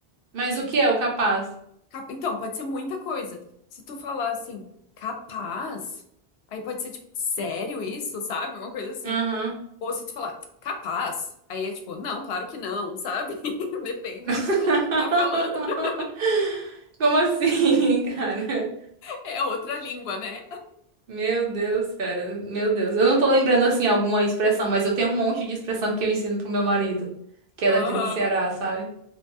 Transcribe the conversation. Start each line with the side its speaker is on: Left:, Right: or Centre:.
Right: Mas
Left: Se
Right: o que
Left: tu...
Right: é o capaz?
Left: cap- Então, pode ser muita coisa. Se tu falar assim, capaz, aí pode ser tipo, sério isso, sabe? Uma coisa assim.
Right: Aham.
Left: Ou se tu falar, capaz, aí é tipo, não, claro que não, sabe? <laughs> Depende
Right: <laughs>
Left: do tom que tu tá falando. <laughs>
Right: Como assim, cara?
Left: É outra língua, né?
Right: Meu Deus, cara. Meu Deus. Eu não tô lembrando assim alguma expressão, mas eu tenho um monte de expressão que eu ensino pro meu marido, que é
Left: Aham.
Right: daqui do Ceará, sabe?